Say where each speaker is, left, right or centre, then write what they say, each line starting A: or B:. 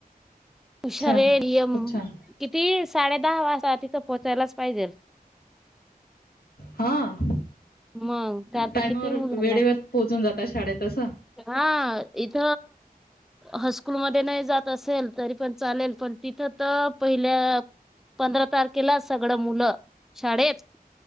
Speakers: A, in the centre; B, on the left (about 80°).
A: हुशरे
B: छान
A: लयम
B: खूप छान
A: कितीस साडे दहा वाजता तिथं पोहचायलाच पाहिजेल.
B: हा.
A: मग त्या
B: टायमावर
A: तर किती मुलांना
B: वेळेवर पोहोचून जातात शाळेत अस.
A: हा इथ हास्कूल मध्ये नाही जात असेल तरी पण चालेल पण तिथं त पहिले पंधरा तारखेला सगळं मुलं शाळेत